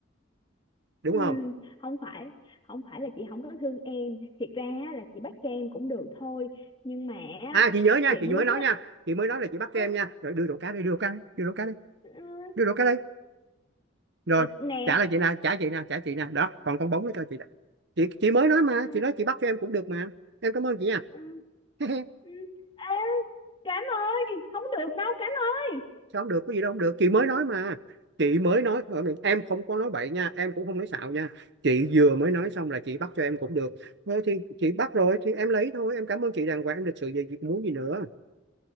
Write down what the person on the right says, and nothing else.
đúng
không?
À chị nhớ nha,
chị
mới nói nha,
chị mới nói là chị bắt cho
em nha. Rồi đưa đồ cá đây, đưa đồ cá, đây, đưa đồ cá đây,
đưa đồ cá đây. rồi
trả lại chị nè trả chị nè trả chị nè đó còn con bóng nó cho chị nè chị chị mới nói mà
chị nói chị bắt cho em cũng được mà em cảm ơn chị nha
<laughs>
sao không được có gì đâu không được chị mới nói mà chị mới nói em không có nói bậy nha em cũng không nói xạo nha chị vừa mới nói xong là chị bắt cho em cũng được thế thì chị bắt rồi thì em lấy thôi em cảm ơn chị đàng hoàng em lịch sự về việc muốn gì nữa